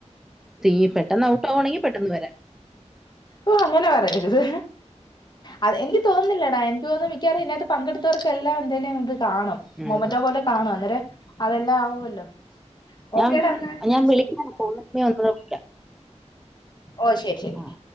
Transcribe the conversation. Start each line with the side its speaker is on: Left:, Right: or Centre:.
Centre: തീ പെട്ടെന്ന് ഔട്ട് ആവാണെങ്കി പെട്ടെന്ന് വരാം
Left: ഓഹ് അങ്ങനെ പറയരുത് അത് എനിക്ക് തോന്ന ഒന്നില്ലടാ എനിക്ക് തോന്നും മിക്കാറും ഇതിനകത്ത് പങ്കെടുത്തവർക്ക് എല്ല എന്തായാലും ഇത് കാണും
Centre: ഉം
Left: മൊമറ്റോ പോലെ കാണു അന്നേരം അതെല്ലാം ആവുമല്ലോ ഓക്കേടാ
Centre: ഞാൻ
Left: അന്ന
Centre: ഞാൻ വിളിക്കാം
Left: ശരി
Centre: <unintelligible>
Left: ഓഹ് ശരി ശരി
Centre: ആഹ്